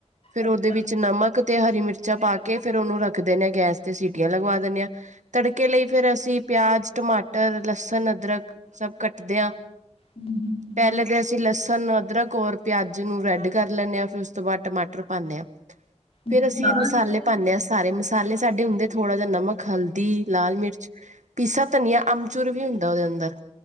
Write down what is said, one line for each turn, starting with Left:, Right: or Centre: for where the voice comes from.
Right: ਫੇਰ
Left: ਅੱਛਾ
Right: ਉਹਦੇ ਵਿੱਚ
Left: ਹਮ,
Right: ਨਮਕ ਤੇ ਹਰੀ ਮਿਰਚਾਂ ਪਾ ਕੇ, ਫੇਰ ਉਹਨੂੰ ਰੱਖ ਦਿਨੇ ਹਾਂ ਗੈਸ ਤੇ। ਸੀਟੀਆਂ ਲਗਵਾ ਦਿੰਨੇਂਆਂ। ਤੜਕੇ ਲਈ ਫੇਰ ਅਸੀ ਪਿਆਜ, ਟਮਾਟਰ, ਲੱਸਣ, ਅਦਰਕ, ਸਭ ਕੱਟਦੇ ਹਾਂ।
Left: ਅਹਮ, ਹਮ!
Right: ਪਹਿਲੇ ਤੇ ਅਸੀ ਲੱਸਣ, ਅਦਰਕ ਔਰ ਪਿਆਜ ਨੂੰ ਰੈੱਡ ਕਰ ਲੈਂਨੇਂ ਹਾਂ। ਫਿਰ ਉਸ ਤੋ ਬਾਅਦ ਟਮਾਟਰ ਪਾਉਂਨੇਂ ਹਾਂ। ਫੇਰ
Left: ਅੱਛਾ
Right: ਅਸੀ ਮਸਾਲੇ
Left: ਅਸੀਂ
Right: ਪਾਉਨੇਂ ਹਾਂ। ਸਾਰੇ ਮਸਾਲੇ ਸਾਡੇ ਹੁੰਦੇ, ਥੋੜਾ ਜਿਹਾ ਨਮਕ। ਇਕ ਹਲਦੀ, ਲਾਲ ਮਿਰਚ, ਪੀਸਾ ਧਨੀਆ, ਅਮਚੁਰ ਵੀ ਹੁੰਦਾ ਉਹਦੇ ਅੰਦਰ।